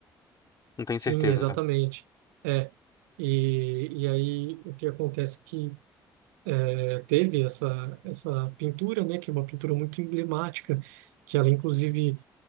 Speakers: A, on the left; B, on the right.
A: Não
B: Sim,
A: tenho certeza.
B: exatamente. É. E, e aí o que acontece é que é, teve essa essa pintura, né, que é uma pintura muito emblemática, que ela inclusive